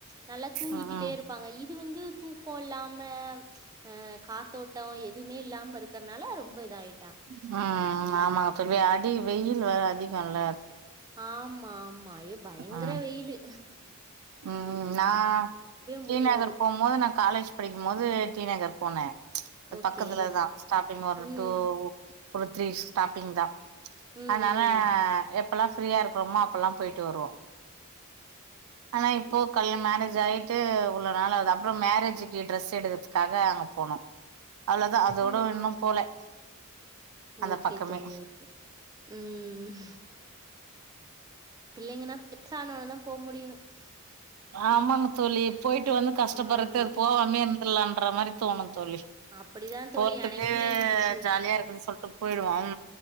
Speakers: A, on the right (about 15°); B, on the right (about 80°).
A: நல்லா தூங்கிக்கிட்டே
B: ம் ம்
A: இருப்பாங்க இது வந்து தூக்க இல்லாம அ காத்தோட் ட்டோ எதுமே இல்லாம இருக்கறனால ரொம்ப இதாயி
B: ம் ம் ஆமாங்க தோழி அடி வெய்யில் வேர அதிக இல்ல
A: ஆம் மாம் மயோ பைங்கர
B: ம்
A: வெயிலு
B: ம் நா டீ
A: முடியாது
B: நகர் போ மோது நா காலேஜ் படிக்கும்போது டீ நகர் போனே ச்
A: ஓகே
B: பக்கத்துலதா ஸ்டாப்பிங்க ஒரு
A: ம்
B: டூ ஒரு த்ரீ ஸ்டாப்பிங் தா ச்
A: ம்
B: அதனால எப்பெலா ஃப்ரீயா இருக்கோமா அப்பெல்லா போயிட்டு வருவோ ஆனா இப்போ கல்ல மேரேஜ் ஆயிட்டு இவ்வளவு நாள் ஆகுது அப்பறம் மேரேஜிக்கு ட்ரெஸ் எடுக்கறதுக்காக அங்க போனோ அவ்வளதா அதோட
A: ம்
B: இன்னு போல அந்த
A: ஓகே
B: பக்கமே
A: தோழி ஓகே ம் பிள்ளைங்கனா பெருசா ஆனவனோ தா போ முடியு சு
B: ஆமங்க தோழி போயிட்டு வந்து கஷ்டப்பறதுக்
A: ஆமா.
B: அது போவாமே இருந் இல்ல என்ற மாரி தோணு தோழி
A: அப்படிதான் தோழி
B: போறதுக்கு
A: எனக்குமே இருந்துச்சு.
B: ஜாலியா இருக்கு சொல்ட்டு போயிருவோ